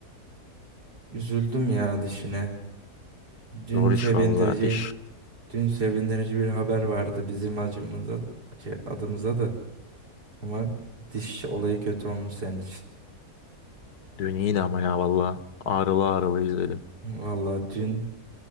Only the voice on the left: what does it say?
Zor
iş vallahi diş.
Dün iyiydi ama ya vallahi Ağrılı ağrılı izledim.